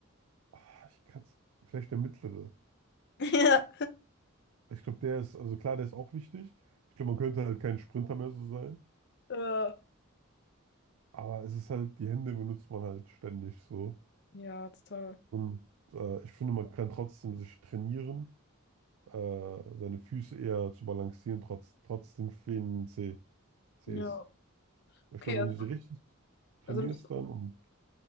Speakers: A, on the right; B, on the left.
A: ah, ich kann es. Vielleicht der mittlere.
B: <laughs> Ja.
A: Ich glaube, der ist, also klar, der ist auch wichtig. Ich glaube, man könnte halt kein Sprinter mehr so sein.
B: Äh,
A: Aber es ist halt, die Hände benutzt man halt ständig so.
B: ja, total.
A: Und äh, ich finde, man kann trotzdem sich trainieren, äh, seine Füße eher zu balancieren, trotz, trotz den fehlenden C Cs.
B: Ja.
A: Ich
B: Okay,
A: glaube,
B: also,
A: wenn du sie richtig trainierst
B: also du bist
A: dann
B: cool.
A: und